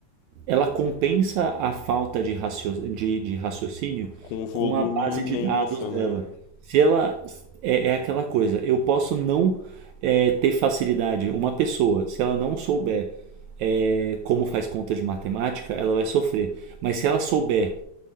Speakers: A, on the right (about 80°); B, on the left (about 80°).
A: ela compensa a falta de, racio- de- de raciocínio
B: Com o volume
A: com a base
B: imenso,
A: de dados dela.
B: né?
A: Se ela é, é aquela coisa, eu posso não é, ter facilidade. Uma pessoa, se ela não souber é, como faz conta de matemática, ela vai sofrer. Mas se ela souber